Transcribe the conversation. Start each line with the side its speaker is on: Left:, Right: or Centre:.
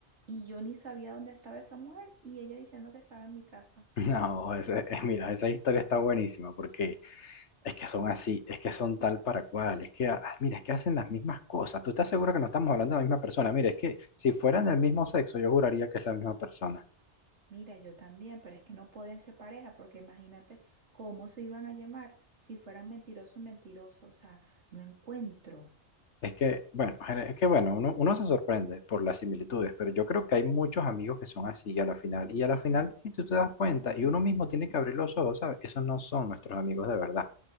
Right: y yo ni sabía dónde estaba esa mujer y ella diciendo que estaba en mi casa.
Left: <laughs> No, ese- eh, mira, esa historia está buenísima porque es que son así, es que son tal para cual, es que, ah, ah, mira, es que hacen las mismas cosas. ¿Tú estás seguro que no estamos hablando de la misma persona? Mira, es que si fueran del mismo sexo, yo juraría que es la misma persona.
Right: Mira, yo también, pero es que no pueden ser pareja porque imagínate cómo se iban a llamar si fueran mentirosos, mentirosos. O sea, no encuentro.
Left: Es que, bueno, es que, bueno, uno, uno se sorprende por las similitudes, pero yo creo que hay muchos amigos que son así a la final. Y a la final, si tú te das cuenta, y uno mismo tiene que abrir los ojos, ¿sabes? Esos no son nuestros amigos de verdad.